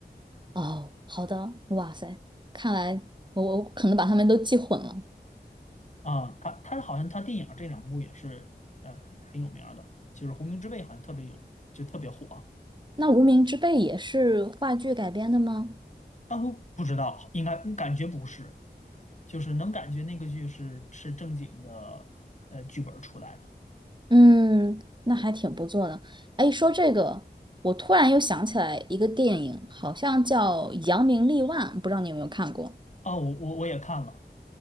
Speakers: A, on the right; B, on the left.
A: 哦，好的，哇塞，看来我我可能把他们都记混了。
B: 啊。他他好像他电影这两部也是呃很有名儿的，就是《无名之辈》好像特别有就特别火。
A: 那《无名之辈》也是话剧改编的吗？
B: 啊，我不知道，应该感觉不是，就是能感觉那个剧是是正经的呃剧本儿出来的。
A: 嗯，那还挺不错的。哎，说这个，我突然又想起来一个电影，好像叫《扬名立万》，不知道你有没有看过？
B: 啊。我我我也看了。